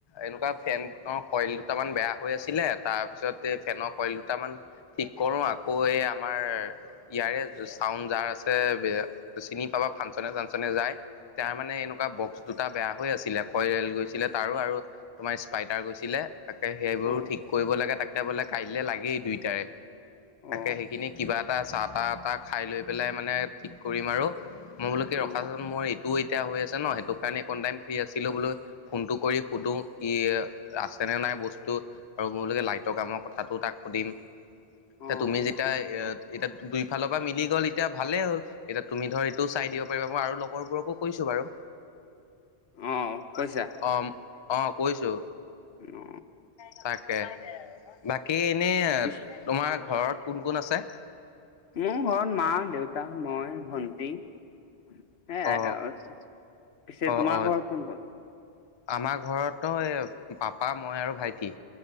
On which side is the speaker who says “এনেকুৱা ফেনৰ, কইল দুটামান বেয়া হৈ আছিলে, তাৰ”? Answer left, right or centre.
Left